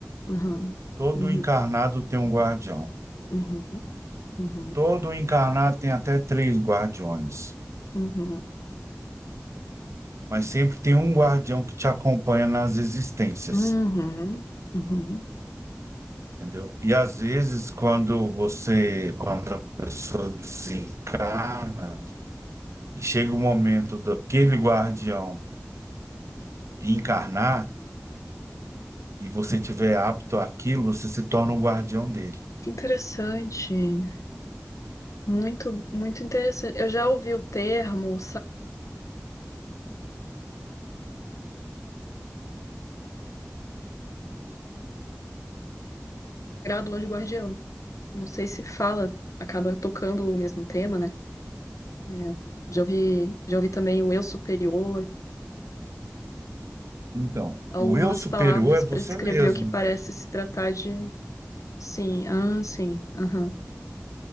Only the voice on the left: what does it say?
Uhum,
uhum,
uhum, uhum,
uhum,
uhum, uhum.
Que Interessante. Muito, muito interessante. Eu já ouvi o termo Sagrado Anjo Guardião. Não sei se fala, acaba tocando o mesmo tema, né? É, já ouvi, já ouvi também o Eu Superior.
Algumas
palavras
para descrever
o que parece se tratar de. Sim, ah, sim, aham,